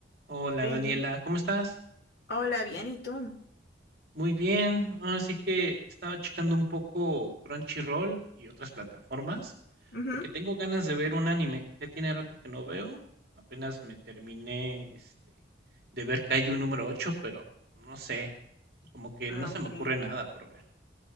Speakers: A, on the right (about 55°); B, on the left (about 55°).
A: Hola
B: Ven.
A: Daniela, ¿cómo estás?
B: Hola, bien, ¿y tú?
A: Muy bien. Así que estaba checando un poco Crunchyroll y otras plataformas
B: Ujú.
A: porque tengo ganas de ver un anime. Ya tiene rato que no veo. Apenas me terminé este de ver Kaiju número ocho, pero no sé, como que
B: Ah,
A: no se
B: ok.
A: me ocurre nada por ver.